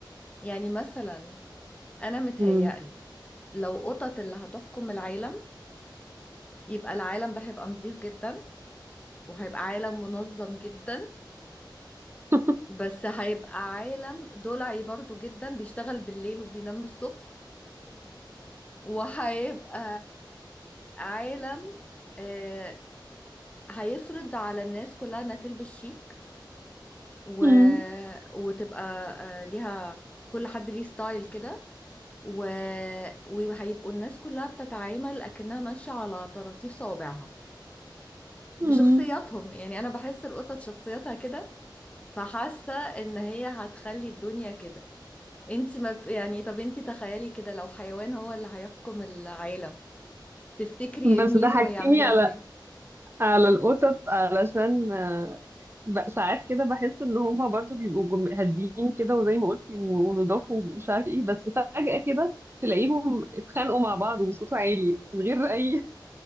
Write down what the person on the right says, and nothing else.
مم.
<laughs>
مم.
مم.
بس
ضحكتيني
على
على القطط علشان آه، ب- ساعات كده بحس ان هما برضو بيبقوا جم- هاديين كده وزي ما قلتي و- ونضاف ومش عارف ايه بس فجأة كده تلاقيهم اتخانقوا مع بعض وبصوت عالي من غير اي